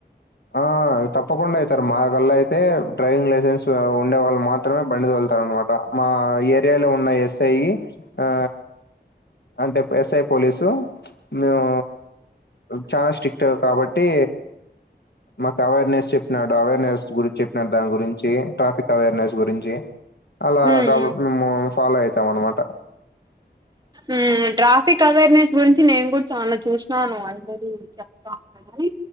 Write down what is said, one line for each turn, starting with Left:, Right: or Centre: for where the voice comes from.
Left: ఆ తప్పకుండా అయితార్ మాగలా అయితే డ్రైవింగ్ లైసెన్స్ ఉండే వాళ్ళ మాత్రమే బండి తొల్తారు అనమాట మా ఏరియాలో నాయ్ ఎస్ఐయి ఆ అంటేప్ ఎస్ఐ పోలీసు మేవో చానా స్ట్రిక్ట్ కాబట్టి మాకు అవేర్నెస్ చెప్ నాడు అవేర్నెస్ గురించి చెప్పినాడు దాని గురించి ట్రాఫిక్ అవేర్నెస్ గురించి అలా
Right: ఉమ్
Left: కావుట్ ముము ఫాలో అయితాం అన్నమాట
Right: ఉహ్ ట్రాఫిక్ అవేర్నెస్ గురించి నేను కూడా చానా చూచనాను అందరి చెప్తా అని